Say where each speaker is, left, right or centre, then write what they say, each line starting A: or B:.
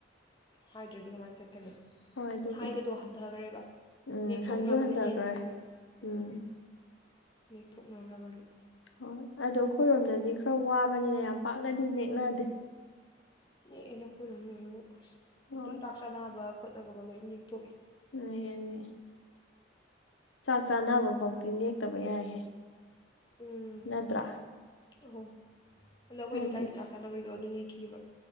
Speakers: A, on the left; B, on the left.
A: ꯍꯥꯏꯗ꯭ꯔꯗꯤ ꯀꯃꯥꯏꯅ ꯆꯠ ꯀꯅꯤ
B: ꯍꯣꯏ ꯑꯗꯨꯕꯨꯗꯤ
A: ꯍꯥꯏꯕꯗꯣ ꯍꯟꯊꯈ꯭ꯔꯦꯕ
B: ꯎꯝ
A: ꯅꯦꯛꯊꯣꯛꯅꯕꯅ
B: ꯍꯟꯁꯨ ꯍꯟꯊꯈ꯭ꯔꯦ
A: ꯍꯦꯜꯂꯝꯅꯤꯅ
B: ꯎꯝ
A: ꯑꯥ ꯅꯦꯛꯊꯣꯛꯅꯈ꯭ꯔꯕꯒꯤ
B: ꯍꯣꯏ ꯑꯗꯣ ꯑꯩꯈꯣꯏꯔꯣꯝꯗꯗꯤ ꯈꯔ ꯋꯥꯕꯅꯤꯅ ꯌꯥꯝ ꯄꯥꯛꯅꯗꯤ ꯅꯦꯛꯅꯗꯦ
A: ꯅꯦꯛꯑꯅ ꯑꯩꯈꯣꯏꯔꯣꯝ ꯂꯣꯏꯅꯃꯛ
B: ꯍꯣꯏ
A: ꯑꯗꯨꯝ ꯇꯥꯛ ꯆꯥꯅꯕ ꯈꯣꯠꯅꯕꯒ ꯂꯣꯏꯅ ꯅꯦꯛꯊꯣꯛꯏ
B: ꯑꯦꯅꯦ ꯆꯥꯛ ꯆꯥꯅꯕ ꯐꯥꯎꯗꯤ ꯅꯦꯛꯇꯕ ꯌꯥꯏꯍꯦ
A: ꯎꯝ
B: ꯅꯠꯇ꯭ꯔꯥ
A: ꯑꯣ ꯑ ꯅꯈꯣꯏ
B: ꯍꯥꯏꯗꯤ
A: ꯂꯩꯀꯥꯏꯒꯤ ꯆꯥ ꯆꯥꯅꯕꯣꯏꯗꯣ ꯑꯗꯨꯅꯤ ꯈꯤꯕ